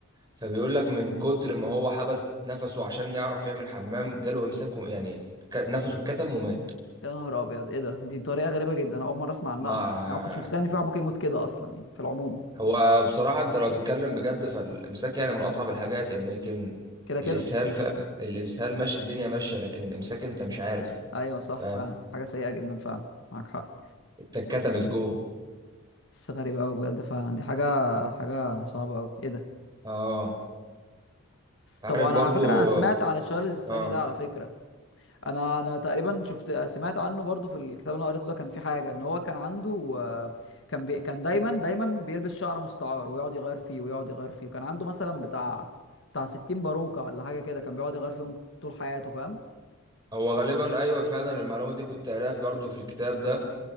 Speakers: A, on the right; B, on the left.
A: فبيقول لك من كتر ما هو حبس نفسه عشان يعرف يعمل حمام جاله امساك وم- يعني ك- نفسه اتكتم ومات
B: يا نهار ابيض ايه ده دي طريقه غريبه جدا أنا اول مره اسمع عنها
A: مع
B: اصلا يعني ما كنتش متخيل ان في واحد ممكن يموت كده اصلا يعني في العموم
A: هو بصراحه انت لو هتتكلم بجد فالامساك يعني من اصعب الحاجات يعني يمكن
B: كده كده
A: الاسهال ف... الامسهال ماشي الدنيا ماشيه لكن الامساك انت مش عارف
B: ايوه صح
A: فاهم
B: فعلا حاجه سيئه جدا فعلا معاك حق
A: انت اتكتمت جوه
B: بس غريبه قوي بجد فعلا دي حاجه حاجه صعبه قوي ايه ده
A: اه عارف
B: طب انا
A: برضو
B: على فكره انا سمعت عن تشارلز الثاني
A: اه
B: ده على فكره انا انا تقريبا شفت سمعت عنه برضو في الكتاب اللي انا قريته ده كان في حاجه ان هو كان عنده آه، كان بي كان دايما دايما بيلبس شعر مستعار ويقعد يغير فيه ويقعد يغير فيه وكان عنده مثلا بتاع بتاع 60 باروكه ولا حاجه كده كان بيقعد يغير فيهم طول حياته فاهم
A: هو غالبا ايوه فعلا المعلومه دي كنت قاريها برضه في الكتاب ده